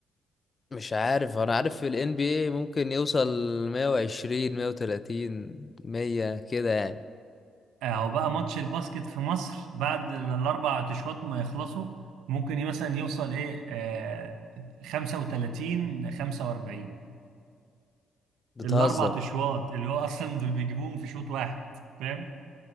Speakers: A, on the left; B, on the right.
A: مش عارف انا عارف في ال NBA ممكن يوصل 120 130 100 كده يعني
B: اهو بقى ماتش الباسكت في مصر بعد ال- الاربع تشوات ما يخلصوا ممكن مثلا يوصل ايه آه 35 45
A: بتهزر
B: الاربع اشواط اللي هو اصلا دول بيجيبوهم في شوط واحد فاهم